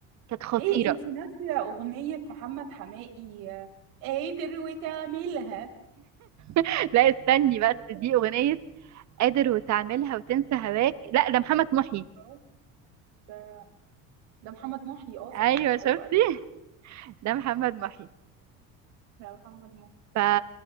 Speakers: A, on the right; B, on the right.
A: كانت خطيره
B: ليه انتي ناسية أغنية محمد حماقي آه، قادر وتعملها
A: <laughs> لا استني بس
B: فاكرة
A: دي اغنيه قادر وتعملها وتنسى هواك لا ده محمد محي
B: اه، ده ده محمد محي اه صحيح
A: ايوه شفتي
B: ايوه ايوه
A: <laughs> ده محمد محي
B: لا محمد مهدي
A: ف...